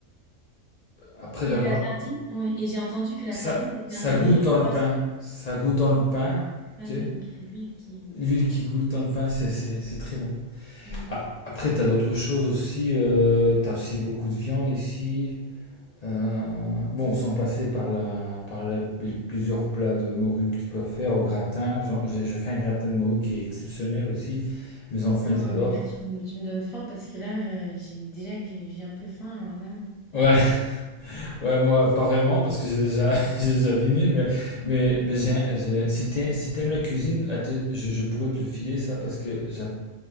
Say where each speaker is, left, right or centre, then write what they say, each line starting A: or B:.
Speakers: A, on the left; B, in the centre.
A: après
B: Et
A: d'avoir,
B: la sardine, ouais, Et j'ai entendu que la
A: ça,
B: sardine c'était
A: ça
B: un des
A: goûte
B: meilleurs
A: dans le
B: poissons.
A: pain, ça goûte dans le pain,
B: Ah
A: tu
B: oui,
A: sais.
B: donc il y a l'huile qui.
A: L'huile qui goûte dans le pain, c'est, c'est, c'est très bon.
B: Mm.
A: Ap- Après, t'as d'autres choses aussi. euh, t'as aussi beaucoup de viande ici. Euh, bon, sans passer par la, par la- les plusieurs plats de morue que tu peux faire au gratin. J'en- j'ai- Je fais un gratin de morue qui est exceptionnel aussi. Mes enfants,
B: Ouais,
A: ils adorent.
B: mais là tu, me tu me donnes faim parce que là euh, j'ai déjà que j'ai un peu faim alors là.
A: Ouais, <laughs> ouais, moi, pas vraiment, parce que j'ai déjà, <laughs> j'ai déjà dîné, mais, mais, mais j'ai, j'ai- si t'aimes, si t'aimes la cuisine, att- je, je pourrais te le filer, ça, parce que j'a-